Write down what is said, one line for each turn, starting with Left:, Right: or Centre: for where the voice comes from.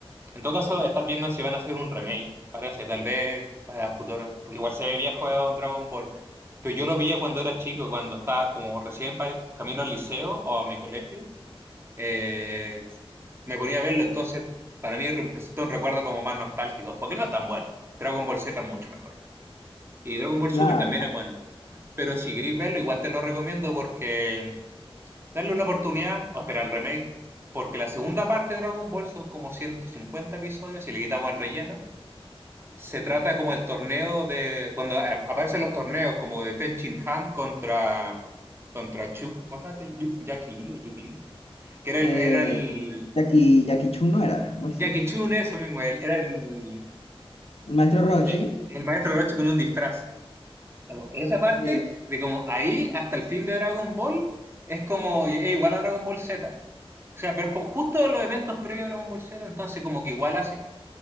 Right: En todo caso, estás viendo si van a hacer un remake, parece, tal vez para futuro, porque igual se ve viejo a un Dragon Ball. Pero yo lo veía cuando era chico, cuando estaba como recién pa- camino al liceo o a mi colegio, eh, me ponía a verlo, entonces para mí representa un recuerdo como más nostálgico, porque no es tan bueno. Dragon Ball Z es mucho mejor. Y Dragon Ball
Left: Claro.
Right: Super también es bueno. Pero si queréis verlo, igual te lo recomiendo porque darle una oportunidad o esperar el remake, porque la segunda parte de Dragon Ball son como 150 episodios, si le quitamos el relleno Se trata como el torneo de, cuando a- aparecen los torneos, como de Ten Shin Han contra, contra Chu, ¿cómo se llama este? Yu- Jackie Lee o Yuki Lee, que era el,
Left: Eh,
Right: era el,
Left: Jackie, Jackie Chun no era, algo así.
Right: Jackie Chun, eso mismo, él, era el,
Left: El maestro Roshi,
Right: el, el maestro Roshi con un disfraz. Como Esa parte
Left: sí,
Right: de como ahí hasta el fin de Dragon Ball es como eh, igual a Dragon Ball Z. O sea, pero es como justo los eventos previos a Dragon Ball Z, entonces como que igual hace,